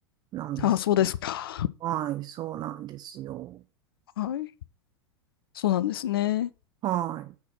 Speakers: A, on the right; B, on the left.
A: なんです。
B: あ、そうですか。
A: はい、そうなんですよ。
B: はい。そうなんですね。
A: はい。